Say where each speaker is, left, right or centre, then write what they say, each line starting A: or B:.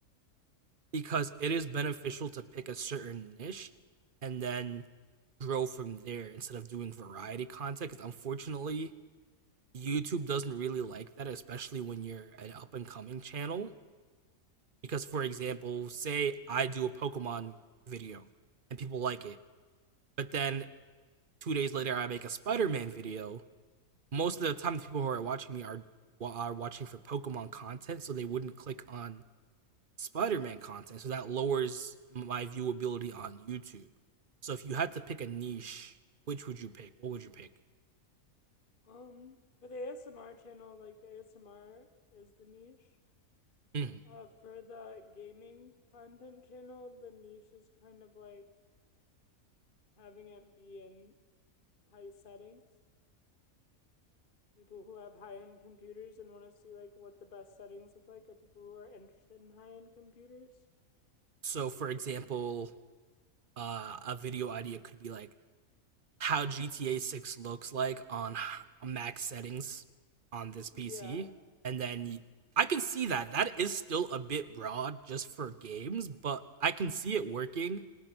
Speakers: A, on the right (about 40°); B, on the left (about 40°).
A: because it is beneficial to pick a certain niche and then grow from there instead of doing variety content. Because unfortunately, YouTube doesn't really like that, especially when you're an up and coming channel. Because, for example, say I do a Pokemon video and people like it, but then two days later I make a Spider Man video. Most of the time, the people who are watching me are are watching for Pokemon content, so they wouldn't click on Spider-Man content, so that lowers my viewability on YouTube. So if you had to pick a niche, which would you pick? What would you pick?
B: um for the ASMR channel, like the ASMR is the niche.
A: Mhm.
B: Uh for the gaming content channel, the niche is kind of like having it be in high settings. People who have high-end computers and want to see like what the best settings look like are people who are interested in high-end computers.
A: So for example, uh, a video idea could be like how GTA 6 looks like on max settings on this PC,
B: Yeah.
A: and then I can see that that is still a bit broad just for games, but I can see it working